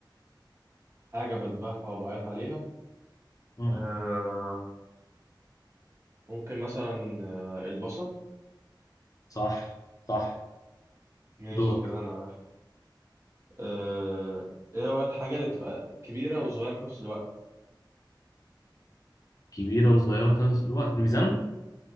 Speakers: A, on the right; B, on the left.
A: حاجة بذبحها وبعيط عليها
B: امم
A: آه ممكن مثلا آه البصل
B: صح صح
A: ماشي
B: دورك
A: كده أنا واحد آه إيه هو الحاجة اللي بتبقى كبيرة وصغيرة في نفس الوقت؟
B: كبيرة وصغيرة في نفس الوقت الميزان